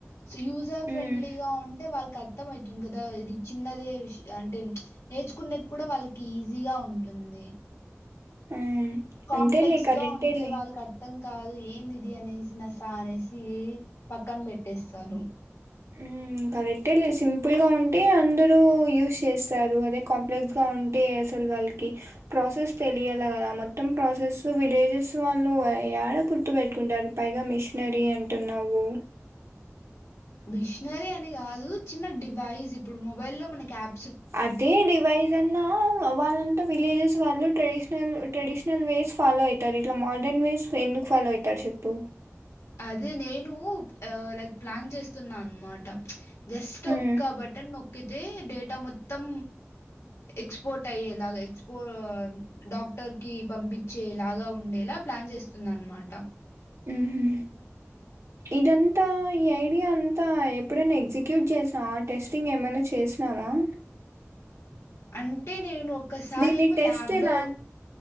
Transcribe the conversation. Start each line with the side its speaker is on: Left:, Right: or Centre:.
Left: సో యూజర్ ఫ్రెండ్లీగా
Right: ఉమ్,
Left: ఉంటే వాళ్ళకి అవుతుంది కదా ఇది చిన్నదే విష అంటే నేర్చుకునే కూడా వాళ్ళకి ఈజీగా ఉంటుంది
Right: ఉమ్.
Left: కాంప్లెక్స్
Right: అంతేలే కరెక్టేలే
Left: గా ఉంటే వాళ్ళకి అర్థంంగా కాదు ఏందిది అనేసి నాస అనేసి పక్కన పెట్టేస్తారు
Right: హ్మ్ కరెక్టేలె సింపుల్ గా ఉంటే అందరూ యూస్్ చేస్తారు అదే కాంప్లెక్స్ గా ఉంటే అస వాళ్ళకి ప్రాసెస్ తెలియాల కల మొత్తం ప్రాసెస్ విలేజెస్ వాళ్ళు ఏడ గుర్తు పెట్టుకుంటారు పైగా మిషనరీ అంటున్నావు
Left: మిషనరీ అని కాదు చిన్న డివైస్ ఇప్పుడు మొబైల్ లో మనకు యాప్
Right: అదే డివైజ్ అన్నా ఆ వాళ్ళంతా విలేజెస్ వాళ్ళు ట్రెడిషనల్ ట్రెడిషనల్ వేస్ ఫాలో అవుతారు ఇట్లా మోడర్న్ వేస్ సో ఎందుకు ఫాలో అయితాడు చెప్పు
Left: అదే నేను ఆ లైక్ ప్లాన్ చేస్తున్నా అన్నమాట జస్ట్
Right: ఉమ్
Left: ఒక్క బటన్ నో కేతే డేటా మొత్తం ఎక్స్పోర్ట్ అయ్యేలాగా ఎక్స్పో డాగ్ డాక్టర్ కి పంపించేలాగా ఉండేలా ప్లాన్ చేస్తుంది అనమాట
Right: ఉహు ఇదంతా ఈ ఐడియా అంతా ఎప్పుడైనా ఎగ్జిక్యూట్ చేసినావా టెస్టింగ్ ఏమైనా చేసినావా ఆ
Left: అంటే నేను ఒక్కసారేమో
Right: దీన్ని టెస్ట్
Left: ల్యాబ్
Right: ఎలా
Left: లో